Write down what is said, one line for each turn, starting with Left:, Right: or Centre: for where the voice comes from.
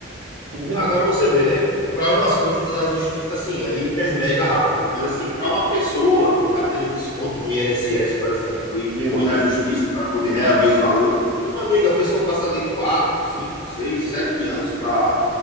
Right: <laughs> Entendeu?
Left: Agora você vê, né? Para umas coisas, a justiça, assim, é hiper mega rápida. Mas, assim, para uma pessoa que está tendo desconto no INSS, por exemplo, e
Right: Meu
Left: põe
Right: Deus.
Left: na justiça para poder reaver os valores, meu amigo, a pessoa passa ali 4 5 6 7 anos para